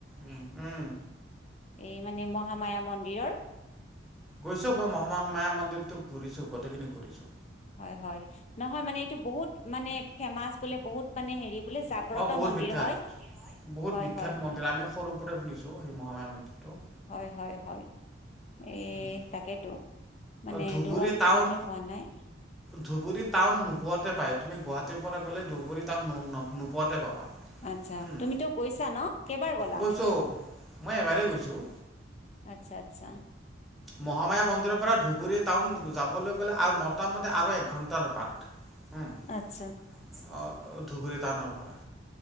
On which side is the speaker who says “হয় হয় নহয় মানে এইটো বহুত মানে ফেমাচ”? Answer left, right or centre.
Left